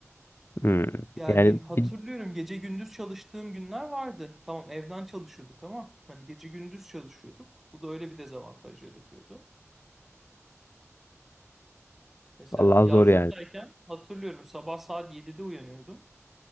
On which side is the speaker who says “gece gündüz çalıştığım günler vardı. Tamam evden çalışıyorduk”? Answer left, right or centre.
Centre